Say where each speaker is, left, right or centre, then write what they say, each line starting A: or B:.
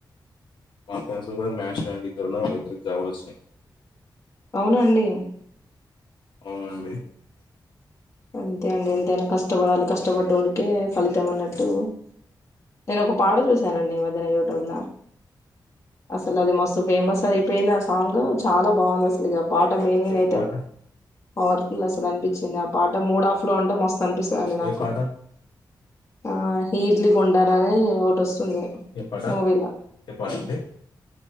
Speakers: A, on the left; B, on the left.
A: మాపుంంత కూడా మ్యాచ్ అనికి ధరణ వ్యతిరేక్త వలు న
B: అవునండి
A: అ మీ
B: అంతే అండి ఎంతైనా కష్టపడాలి కష్టపడ వాడికే ఫలితం అన్నట్టు నేను ఒక పాట చూశానండి మధ్యన యూట్యూబ్ లో అసలు అది మస్తు ఫేమస్ అది అయిపోయిన ఆ సాంగ్ చాలా బాగుంది అసలు ఇక పాట మీనింగ్
A: ఏ
B: అయితే
A: పాట?
B: పవర్ అసలు అనిపించింది ఆ పాట మూడు ఆఫ్ లో ఉంటే మొస్తుం అనిపిస్తుందండి నాకు
A: ఏ పాట?
B: ఆ ఈడ్లీ కొండార అని ఒటోస్తుంది
A: ఏ పాట?
B: మూవీలో
A: ఏ పాట అండి?